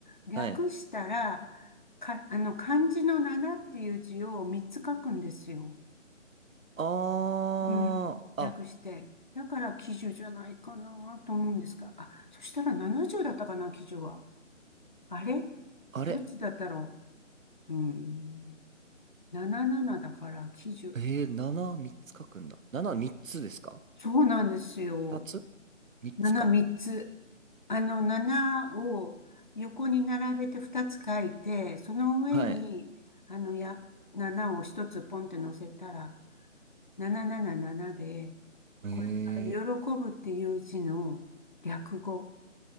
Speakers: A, on the left (about 40°); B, on the right (about 85°).
A: 略したら、
B: はい。
A: か、あの、漢字の7っていう字を3つ書くんですよ。
B: ああ、
A: うん。略して。
B: あ、
A: だから喜寿じゃないかなと思うんですが。あ、そしたら70だったかな、喜寿は。あれ
B: あれ。
A: どっちだったろう。うん。77だから喜寿。
B: えー、7、3つ書くんだ。7、3つですか
A: そうなんですよ。
B: ?2 つ ?3
A: 7、
B: つか。
A: 3つ。あの、7を横に並べて2つ書いて、その上に、
B: はい。
A: あの、や、7を1つポンって乗せたら、777で、
B: ええ
A: これが喜ぶっていう字の略語